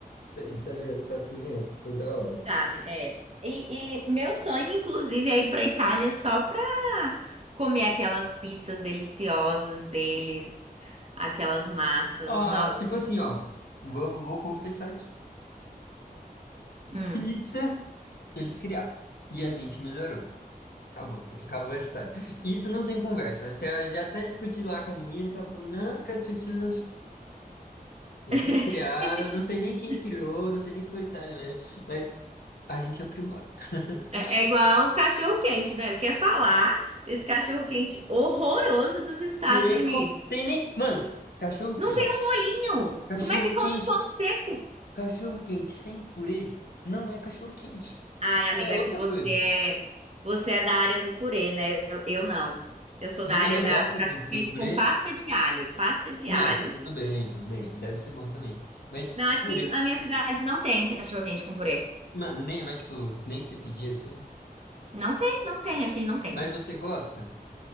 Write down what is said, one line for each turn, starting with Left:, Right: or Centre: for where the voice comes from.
Left: Italiano sabe cozinhar, foi da hora.
Right: sabe? É. E, e meu sonho, inclusive, é ir pra Itália só pra comer aquelas pizzas deliciosas deles, aquelas massas.
Left: Ó,
Right: Nossa.
Left: tipo assim, ó. Vou, vou confessar aqui.
Right: Hum.
Left: Pizza, eles criaram. E a gente melhorou. Acabou, Kim, acabou a história. Isso não tem conversa. Acho que ela já até discutiu lá com a menina, que ela falou, não, que as pessoas... Vocês
Right: <laughs>
Left: criaram, não sei nem quem criou, não sei nem se foi Itália mesmo, mas a gente aprimora. <laughs>
Right: É, é igual cachorro quente, né? Quer falar desse cachorro quente horroroso dos Estados
Left: Seco,
Right: Unidos?
Left: tem nem... Mano, cachorro
Right: Não
Left: quente.
Right: tem um molinho.
Left: Cachorro
Right: Como é que come
Left: quente,
Right: um pão seco?
Left: cachorro quente sem purê não é cachorro quente.
Right: Ai, amiga,
Left: É outra
Right: é que você
Left: coisa.
Right: é, você é da área do purê, né? Eu, eu não. Eu sou
Left: Você
Right: da área
Left: não
Right: da
Left: gosta
Right: cachorro
Left: do, do
Right: quente
Left: purê?
Right: com pasta de alho. Pasta de
Left: Não,
Right: alho.
Left: tudo bem, tudo bem. Deve ser bom também. Mas
Right: Não, aqui
Left: purê...
Right: na minha cidade não tem cachorro quente com purê.
Left: Mano, nem, mas tipo, nem se pedir assim...
Right: Não tem, não tem, aqui não tem.
Left: Mas você gosta?